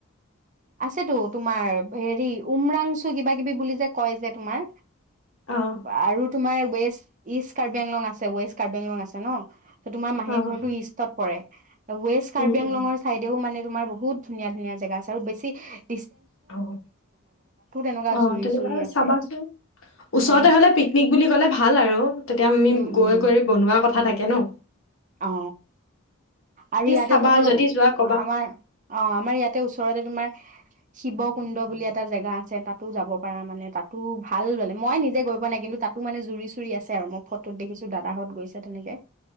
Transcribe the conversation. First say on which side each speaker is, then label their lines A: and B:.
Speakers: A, on the right (about 35°); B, on the left (about 65°).
A: আছেতো তোমাৰ হেৰি উমৰাংচু কিবা, কিবি বুলি যে কয় যে তোমাৰ
B: অঁ
A: আৰু তোমাৰ বেছ ইষ্ট কাৰ্বিআংলং আছে ৱেষ্ট কাৰ্বিআংলং আছে ন। তোমাৰ মাহী
B: অঁ
A: ঘৰটো ইষ্টত পৰে। ৱেষ্ট কাৰ্বিআংলঙৰ
B: উম উম
A: চাইডেও মানে তোমাৰ বহুত ধুনীয়া, ধুনীয়া জেগা আছে আৰু বেছি টি <unintelligible>
B: অ'
A: তেনেকুৱা জুৰি
B: তেনেকুৱা
A: চুৰি আছে
B: চাবাচোন ওচৰতে
A: অ
B: হ'লে পিকনিক বুলি কলে ভাল আৰু তেতিয়া আমি
A: উম
B: গৈ
A: উম
B: কৰি বনোৱা কথা থাকে কেনো
A: অ' আৰু ইয়াতে
B: চাবা
A: তোমাৰ
B: যদি যোৱা ক'বা
A: আমাৰ অ' আমাৰ ইয়াতে ওচৰতে তোমাৰ শিৱ কুণ্ড বুলি এটা জেগা আছে তাতো যাব পাৰা মানে তাতো ভাল মানে। মই নিজে গৈ পোৱা নাই কিন্তু তাতো মনে জুৰি চু চুৰি আছে আৰু মই ফটোত দেখিছো দাদাহঁত গৈছে তেনেকে